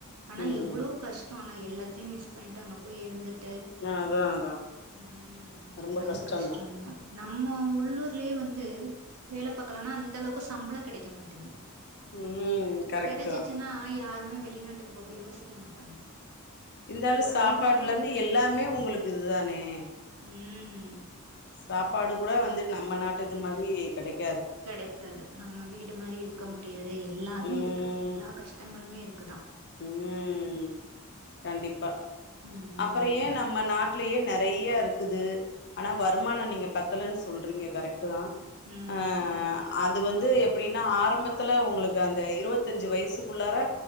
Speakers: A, on the right (about 85°); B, on the left (about 50°).
A: ஆனா
B: ம்
A: எவ்வளோ
B: ம்
A: கஷ்ட ஆனா எல்லாத்தையும் மிஸ் பண்ணிட்டு அங்க போய் இருந்துட்டு
B: அதா அதா
A: ம்
B: ரொம்ப
A: அது
B: கஷ்டந்தா
A: கஷ்டதா நம்ம உள்ளூர்லயே வந்து வேலை பாக்கலானா அந்த அளவுக்கு சம்பளம் கிடைக்க மாட்டேங்குது
B: ம் கரெக்ட்டுதா
A: கெடைச்சிச்சுன்னா <unintelligible> வெளிநாட்டுக்கு போக யோசிக்க மாட்டாங்க
B: இருந்தாலு
A: ஓரளவுக்கு
B: சாப்பாட்டுல இருந்து எல்லாமே உங்களுக்கு இதுதானே
A: ம்
B: சாப்பாடு கூட வந்துட்டு நம்ம நாட் டுது மாரி கிடைக்
A: கிடைக்காது நம்ம வீடு மாரி இருக்க முடியாது எல்லாமே
B: ம்
A: இருக்கு எல்லா கஷ்டங்களுமே இருக் க்குதா
B: ம் கண்டிப்பா
A: ம்
B: அப்புற ஏ நம்ம நாட் லயே நறைய இருக்குது ஆனா வருமானம் நீங்க பத் தல சொல்றீங்க கரெக்ட் டுதா
A: ம்
B: அ அது அது வந்து எப்படின்னா ஆரம்பத்துல உங்களுக்கு அந்த இருபத்தஞ்சு வயசுக்குள்ளர